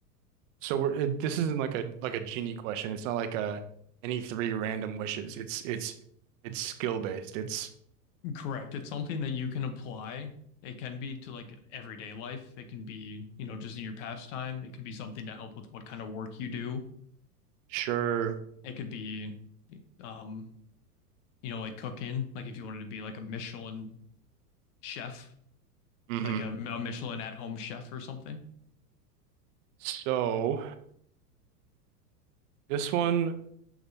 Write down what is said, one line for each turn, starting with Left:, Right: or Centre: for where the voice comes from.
Right: so we're it, this isn't like a like a genie question. It's not like a any three random wishes. It's it's it's skill based. It's
Left: Correct. It's something that you can apply. It can be to like everyday life. It can be, you know, just in your pastime. It could be something to help with what kind of work you do.
Right: sure.
Left: It could be, um, you know, like cooking, like if you wanted to be like a Michelin chef
Right: hmm
Left: like a, a Michelin at home chef or something.
Right: So this one